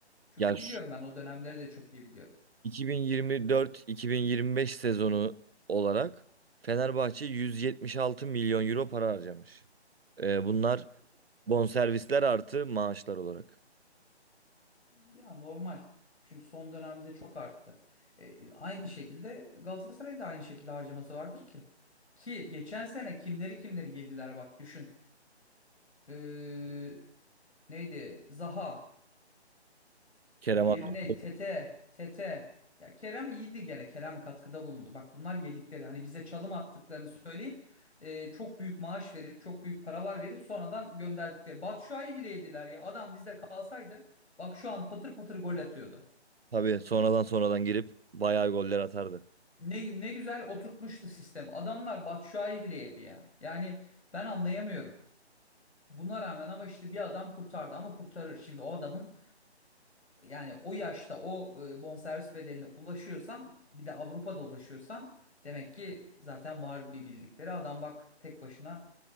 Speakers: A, on the left; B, on the right.
A: Çünkü
B: Ya
A: biliyorum
B: şu
A: ben o dönemleri de çok iyi biliyorum.
B: 2024-2025 sezonu olarak Fenerbahçe 176 milyon euro para harcamış. Ee, bunlar bonservisler artı maaşlar olarak.
A: Ya normal. Çünkü son dönemde çok arttı. E, aynı şekilde Galatasaray'ın da aynı şekilde harcaması vardır ki. Ki geçen sene kimleri kimleri yediler bak düşün. E, neydi? Zaha.
B: Kerem
A: Diğeri
B: Ak
A: neydi? Tete. Tete. Ya Kerem iyiydi gene. Kerem katkıda bulundu. Bak bunlar yedikleri. Hani bize çalım attıklarını söyleyip e, çok büyük maaş verip çok büyük paralar verip sonradan gönderdikleri. Batshuayi bile yediler ya. Adam bizde kalsaydı bak şu an patır patır gol atıyordu.
B: tabii sonradan sonradan girip bayağı goller atardı.
A: Ne, ne güzel oturtmuştu sistem. Adamlar Batshuayi bile yedi ya. Yani ben anlayamıyorum. Buna rağmen ama işte bir adam kurtardı ama kurtarır. Şimdi o adamın yani o yaşta o e, bonservis bedeline ulaşıyorsan bir de Avrupa'da ulaşıyorsan demek ki zaten var bir bildikleri. Adam bak tek başına